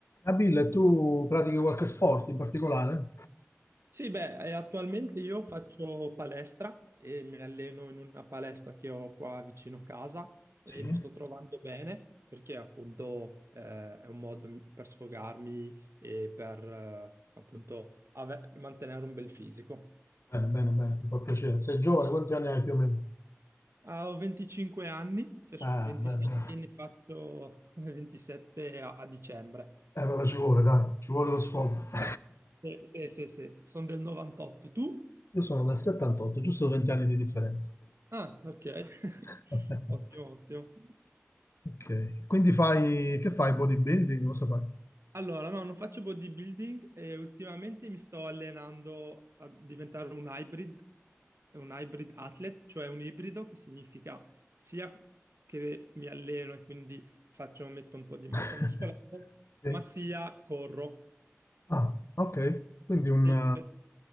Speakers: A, on the left; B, on the right.
A: Nabil, tu pratichi qualche sport in particolare?
B: Sì, beh, eh, attualmente io faccio palestra e mi alleno in una palestra che ho qua vicino casa e
A: Sì.
B: mi sto trovando bene perché appunto eh, è un modo m- per sfogarmi e per eh, appunto ave- mantenere un bel fisico.
A: Bene, bene, bene, mi fa piacere. Sei giovane, quanti anni hai più o meno?
B: Ah, ho 25 anni, cioè,
A: Ah,
B: scu- 27
A: bene, bene.
B: e ne faccio <laughs> 27 a, a dicembre.
A: Eh, vabbè, ci vuole, dai, ci vuole lo sfogo. <laughs>
B: Eh, eh, sì, sì, sono del 98. Tu?
A: Io sono del 78, giusto 20 anni di differenza.
B: Ah, ok. <laughs>
A: <laughs>
B: Ottimo, ottimo.
A: Ok, quindi fai, che fai? Bodybuilding? Cosa fai?
B: Allora, no, non faccio bodybuilding e ultimamente mi sto allenando a diventare un hybrid, un hybrid athlete, cioè un ibrido che significa sia che mi alleno e quindi faccio, metto un po' di massa
A: <laughs>
B: muscolare,
A: Sì.
B: ma sia corro,
A: Ah, ok, quindi un,
B: Sì,
A: eh,
B: per-